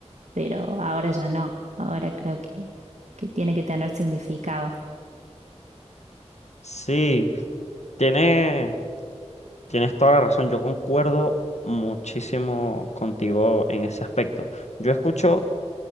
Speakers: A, on the right; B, on the left.
A: pero ahora ya no, ahora creo que, que tiene que tener significado.
B: Sí, tiene, Tienes toda la razón, yo concuerdo muchísimo contigo en ese aspecto. Yo escucho